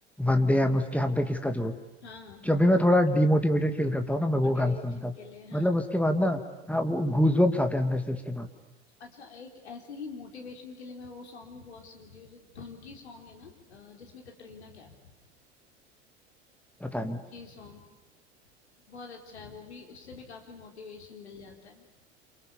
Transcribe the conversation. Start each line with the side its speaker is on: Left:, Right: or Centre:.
Centre: वंदे हम उसके हम पे किसका जोर
Left: हाँ हाँ
Centre: जब भी मैं थोड़ा डिमोटिवेटेड फील करता हूँ ना मैं वो
Left: मोटिवेशन
Centre: गाना सुनता हूँ
Left: के लिए हाँ
Centre: मतलब उसके बाद ना हाँ वो गूज बम्प्स आते हैं अंदर से उसके बाद
Left: अच्छा एक ऐसे ही मोटिवेशन के लिए मैं वो सॉन्ग भी बहुत सुनती हूँ जो धुन की सॉन्ग है ना अ, जिसमें कटरीना कैफ है
Centre: पता
Left: धुन
Centre: नहीं
Left: की सॉन्ग बहुत अच्छा है वो भी उससे भी काफी मोटिवेशन मिल जाता है